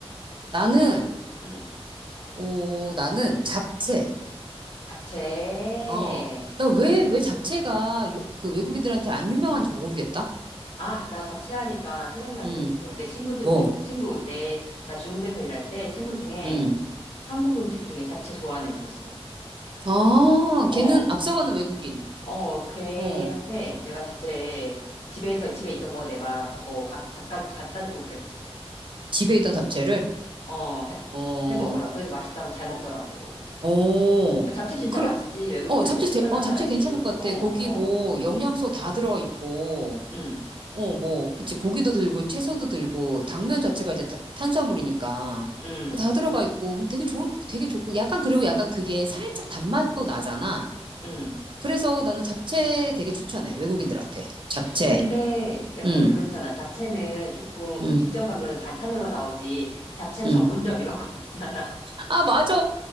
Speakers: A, on the right; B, on the left.
A: 나는,
B: 응.
A: 오, 나는 잡채.
B: 잡채.
A: 어, 나 왜, 왜 잡채가 유- 그 외국인들한테 안 유명한지 모르겠다.
B: 아, 나 잡채 하니까 생각나는
A: 음,
B: 거 있어. 내 친구들
A: 뭐,
B: 중, 친구, 내, 나 중국에서 일할 때 친구 중에
A: 음.
B: 한국 음식 중에 잡채 좋아하는 애 있었어.
A: 아,
B: 어,
A: 걔는 앞서가는 외국인.
B: 어, 걔한테
A: 어,
B: 내가 잡채 집에서 집에 있던 거 내가 그거 가, 갖다 갖다 주고 그랬었어.
A: 집에 있던 잡채를.
B: 어, 해,
A: 어,
B: 해 먹으라. 그래도 맛있다고 잘 먹더라고.
A: 어,
B: 잡채 진짜
A: 그래.
B: 맛있지. 외국인한테
A: 어, 잡채,
B: 추천할
A: 제- 어,
B: 만하지.
A: 잡채 괜찮을 것
B: 어,
A: 같아. 고기
B: 어,
A: 뭐, 영양소 다 들어가 있고,
B: 응,
A: 어, 뭐, 그치. 고기도 들고, 채소도 들고, 당면 자체가 이제 타- 탄수화물이니까.
B: 응,
A: 다 들어가 있고, 근데 되게 좋을, 되게 좋고, 약간, 그리고 약간 그게 살짝 단맛도 나잖아.
B: 응.
A: 그래서 나는 잡채 되게 추천해. 외국인들한테. 잡채.
B: 근데 약간
A: 응,
B: 그렇잖아. 잡채는 조금
A: 응,
B: 음식점 가면 반찬으로 나오지. 잡채 전문점
A: 응.
B: 이런 거 <laughs> 없잖아.
A: 아, 맞아.